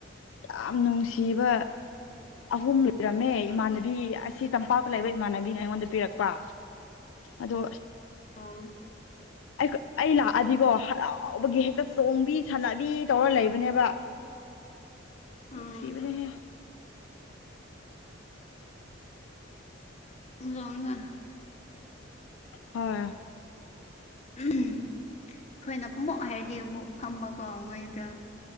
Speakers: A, on the left; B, on the left.
A: ꯌꯥꯝ ꯅꯨꯡꯁꯤꯕ
B: <unintelligible>
A: ꯑꯍꯨꯝ ꯂꯩꯔꯝꯃꯦ ꯏꯃꯥꯟꯅꯕꯤ ꯑꯁꯤ ꯇꯝꯄꯥꯛꯇ ꯂꯩꯕ ꯏꯃꯥꯟꯅꯕꯤꯅ ꯑꯩꯉꯣꯟꯗ ꯄꯤꯔꯛꯄ꯭ꯔ ꯑꯗ
B: ꯑꯥ
A: ꯑꯩ ꯑꯩ ꯂꯥꯛꯑꯗꯤꯀꯣ ꯍꯔꯥꯎꯕꯒꯤ ꯍꯦꯛꯇ ꯆꯣꯡꯕꯤ ꯁꯥꯟꯅꯕꯤ ꯇꯧꯔ ꯂꯩꯕꯅꯦꯕ
B: <unintelligible>
A: ꯅꯨꯡꯁꯤꯕꯅꯦ
B: ꯎꯝ ꯒ
A: ꯍꯣꯏ
B: ꯑꯩꯈꯣꯏꯅ ꯐꯝꯃꯛ ꯍꯥꯏꯔꯗꯤ ꯑꯃꯨꯛ ꯐꯝꯕꯀꯣ ꯃꯣꯏꯗ